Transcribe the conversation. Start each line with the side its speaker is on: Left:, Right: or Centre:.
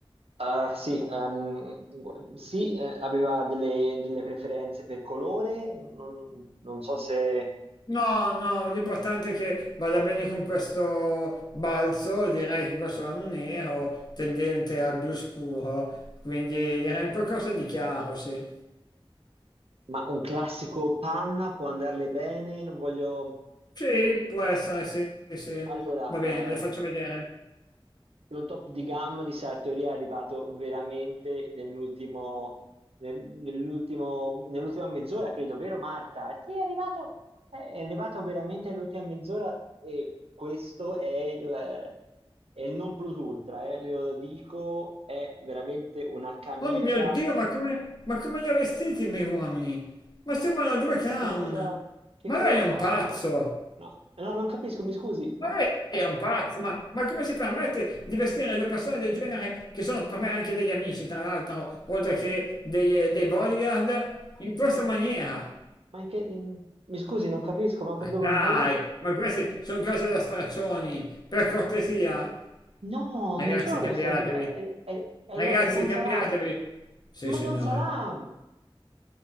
Right: Ah, sì, ehm, gu- sì, eh, aveva delle, delle preferenze per colore, non, non so se...
Left: No, no, l'importante è che vada bene con questo balzo, direi che questo è un nero tendente al blu scuro, quindi direi un qualcosa di chiaro, sì.
Right: Ma un classico panna può andarle bene, non voglio...
Left: Sì, può essere, sì, sì, sì.
Right: Allora,
Left: Va
Right: eh,
Left: bene, me le faccio vedere.
Right: un top di gamma di Sartori è arrivato veramente nell'ultimo, nel- nell'ultimo, nell'ultima mezz'ora, credo, vero Marta? Sì, è arrivato, è è arrivato veramente nell'ultima mezz'ora e questo è il, è il non plus ultra, eh, glielo dico, è veramente una camicia.
Left: Oh mio Dio, ma come, ma come li ha vestiti i miei uomini? Ma sembrano due clown.
Right: Che cosa, che
Left: Ma
Right: cosa
Left: lei
Right: ho
Left: è
Right: fatto?
Left: un pazzo.
Right: No, no, non capisco, mi scusi,
Left: Ma
Right: no.
Left: lei è un pazzo. Ma, ma come si permette di vestire due persone del genere, che sono per me anche degli amici, tra l'altro, oltre che dei, dei bodyguard, in questa
Right: No,
Left: maniera?
Right: Ma anche in... mi scusi, non capisco, ma co- dove
Left: Dai,
Right: ho sbagliato?
Left: ma queste sono cose da straccioni, per cortesia.
Right: No,
Left: Ragazzi,
Right: non sono dorsi,
Left: cambiatevi.
Right: è, è, è
Left: Ragazzi,
Right: lo- è Don
Left: cambiatevi.
Right: Salam.
Left: Sì,
Right: Ma
Left: signore.
Right: è Don Salam!